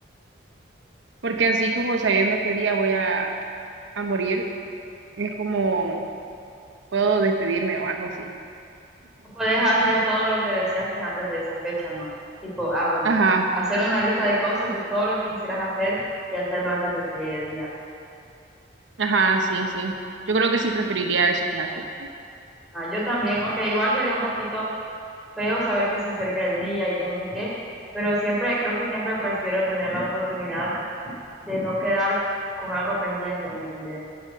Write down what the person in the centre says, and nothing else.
O podés hacer todo lo que deseaste antes de esa fecha, ¿no? Tipo, ah, bueno,
hacer una lista de cosas, de todo lo que quisieras hacer y hacerlo antes de que llegue el día.
Ajá, yo también, aunque igual sería un poquito feo saber que se acerca el día y que no sé qué, pero siempre, creo que siempre prefiero tener la oportunidad de no quedar con algo pendiente, ¿me entendés?